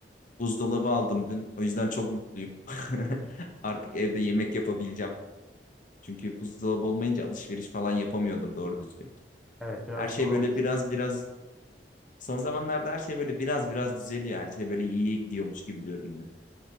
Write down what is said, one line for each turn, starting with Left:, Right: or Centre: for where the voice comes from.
Left: Buzdolabı aldım dün. O yüzden çok mutluyum. <laughs> Artık evde yemek yapabileceğim. Çünkü buzdolabı olmayınca alışveriş falan yapamıyordum doğru düzgün.
Centre: Evet biraz
Left: Her şey
Centre: zor olur.
Left: böyle biraz biraz son zamanlarda her şey böyle biraz biraz düzeliyor. Her şey böyle iyiye gidiyormuş gibi görünüyor.